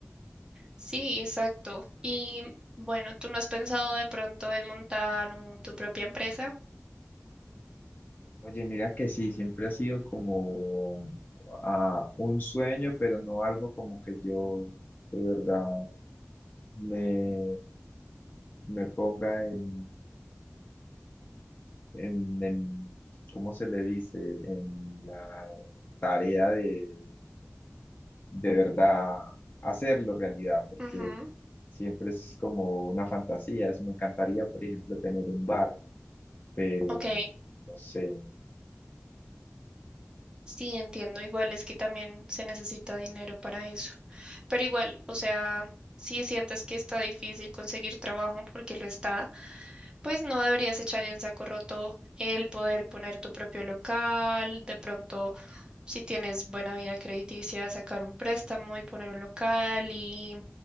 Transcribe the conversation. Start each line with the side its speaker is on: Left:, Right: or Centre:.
Right: Sí, exacto. Y bueno, ¿tú no has pensado de pronto en montar un- tu propia empresa?
Left: Oye, mira que sí, siempre ha sido como ah, un sueño, pero no algo como que yo de verdad me, me ponga en, en, en- ¿cómo se le dice? En la tarea de, de verdad hacerlo realidad, porque
Right: Ujú.
Left: siempre es como una fantasía. Es- me encantaría, por ejemplo, tener un bar, pero
Right: Ok.
Left: no sé.
Right: Sí, entiendo. Igual es que también se necesita dinero para eso. Pero igual, o sea, si sientes que está difícil conseguir trabajo porque lo está, pues no deberías echar en saco roto el poder poner tu propio local, de pronto, si tienes buena vida crediticia, sacar un préstamo y poner un local y,